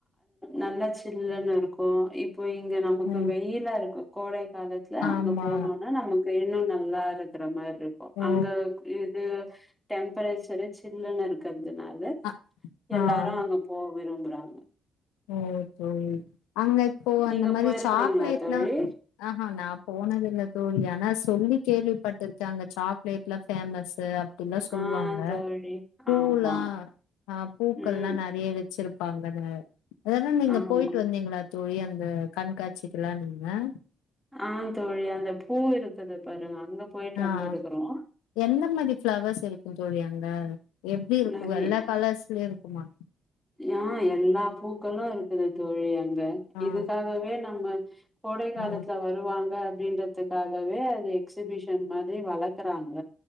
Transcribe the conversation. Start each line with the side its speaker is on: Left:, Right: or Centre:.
Centre: நல்ல சில்லன்னு இருக்கு இப்ப இங்க நமக்கு
Left: ஓ
Centre: வெயிலா இருக்கு கோடை காலத்துல
Left: ஆமா
Centre: அங்க போனோன்னா நமக் இன்னு நல்லா இருக்கிற மாரி இருப்போ
Left: ஓ
Centre: அங்க இது டெம்பரேச்சரு சில்லின்னு இருக்கு அதனால
Left: அ
Centre: எல்லாரு
Left: ஆ
Centre: அங்க போக விரும்புறாங்க
Left: ஓ தோழி அங்க இப்போ
Centre: நீங்க
Left: அந்த மாரி
Centre: போயிருக்கிறீங்களா
Left: சாக்லேட்லா
Centre: தோழி
Left: ஆஹா நா போனது இல்ல தோழி ஆனா சொல்லி கேள்விப்பட்டிருக்க அங்க சாக்லேட்லா ஃபேமஸ் அப்டில்லாம் சொல்லுவாங்க
Centre: ஆ தோழி
Left: பூலாம்
Centre: ஆமா
Left: ஆ பூக்கள்லாம்
Centre: ம்
Left: நெறைய வெச்சிருப் பா அங்க இருக்கங்க அதனா நீங்க
Centre: ஆமா
Left: போயிட்டு வந்தீங்களா தோழி இந்த கண்காட்சிக்குல்லா நீம
Centre: ஆஹ் தோழி அந்த பூ இருக்குது பாருங்க அங்க போயிட்டு
Left: ஆஹ்
Centre: வந்திருக்கிறோ
Left: எந்த மாரி பிளவர்ஸ் இருக்கு தோழியாங்க எப்டி இருக்கு
Centre: நெறைய
Left: எல்லா கலர்ஸ்லயும் இருக்குமா
Centre: ஆ எல்லா பூக்களு இருக் அ தோழி
Left: ஆ
Centre: இதுக்காகவே நம்ம கோடை காலத்துல
Left: ஆ
Centre: வருவாங்க அப்படின்றதுக்காகவே அது எக்ஸிபிஷன் மாதிரி வளர்க்குறாங்க